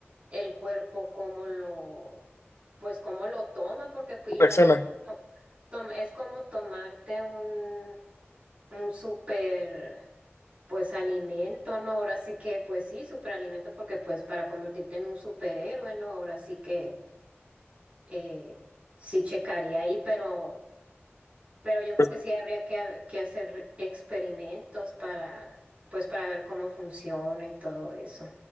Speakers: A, on the right; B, on the left.
A: el cuerpo cómo lo, pues cómo lo toma, porque pues,
B: ¿Cómo
A: imagínate,
B: reacciona?
A: to- tom- es como tomarte un, un súper Pues alimento, ¿no? Ahora sí que, pues sí, superalimento, porque pues para convertirte en un superhéroe, ¿no? Ahora sí que eh, sí checaría ahí, pero, pero yo creo
B: Pues
A: que
B: es
A: sí habría que, ha- que hacer experimentos para, pues para ver cómo funciona y todo eso.